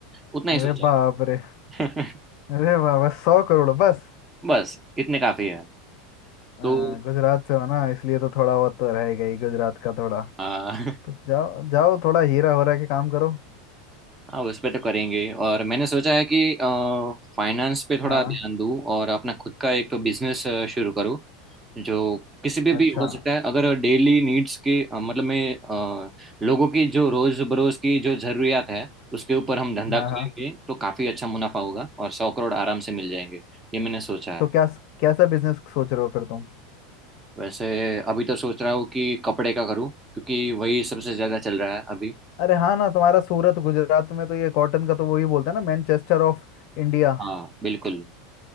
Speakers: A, on the right (about 15°); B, on the left (about 55°).
A: उतना ही
B: अरे
A: सोचा
B: बाप रे
A: है
B: अरे बाप बस सौ करोड़ बस
A: <laughs> बस इतने काफी है
B: आ,
A: तो
B: गुजरात से हो ना इसलिए तो थोड़ा बहुत तो रहेगा ही गुजरात का थोड़ा
A: आ, <laughs>
B: तो जाओ जाओ थोड़ा हीरा हो रहा के काम करो
A: हाँ उस पे तो करेंगे और मैंने सोचा है कि फाइनेंस पे थोड़ा
B: हाँ
A: ध्यान दूँ और अपना खुद का एक बिजनेस शुरू करूँ जो किसी पे
B: अच्छा
A: भी हो सकता है अगर डेली नीड्स के अ, मतलब मैं अ, लोगों की जो रोज बरोज की जो जरूरियात है उसके ऊपर हम धंधा
B: हाँ
A: करेंगे
B: हाँ
A: तो काफी अच्छा मुनाफा होगा और सौ करोड़ आराम से मिल जाएंगे ये मैंने सोचा है
B: तो क्या कैसा बिजनेस सोच रहे हो फिर तुम
A: वैसे अभी तो सोच रहा हूँ कि कपड़े का करूँ क्योंकि वही सबसे ज्यादा चल रहा है अभी
B: अरे हाँ ना तुम्हारा सूरत गुजरात में तो ये कॉटन का तो वही बोलते हैं ना मैनचेस्टर ऑफ इंडिया
A: हाँ बिल्कुल